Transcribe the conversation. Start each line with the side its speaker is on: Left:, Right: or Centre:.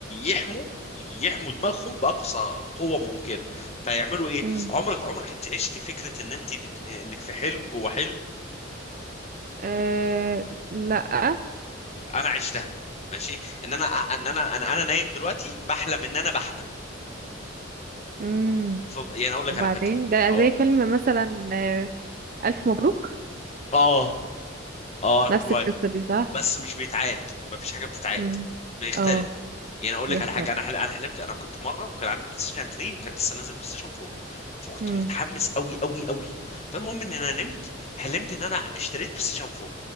Left: يحموا يحموا دماغهم باقصى قوه ممكنه فيعملوا ايه
Right: امم
Left: عمرك عمرك انت عشت فكره ان انت بت... انك في حلم جوه حلم
Right: أه لأ
Left: انا عشتها ماشي ان انا ان انا انا, أنا نايم دلوقتي بحلم ان انا بحلم
Right: مم.
Left: ف... يعني اقول لك
Right: وبعدين
Left: على فكره
Right: ده
Left: اه
Right: زي فيلم مثلا آه، ألف مبروك
Left: اه آه،
Right: نفس
Left: شويه
Right: القصة دي صح؟
Left: بس مش بيتعاد مفيش حاجه بتتعاد
Right: مم.
Left: بيختلف
Right: اه
Left: يعني اقول
Right: بيختار
Left: لك على حاجه انا حل... انا حلمت انا كنت مره وكان عندي بلاي ستيشن 3 وكان لسه نازل بلاي ستيشن 4 فكنت
Right: مم.
Left: متحمس قوي قوي قوي فالمهم ان انا نمت حلمت ان انا اشتريت بلاي ستيشن 4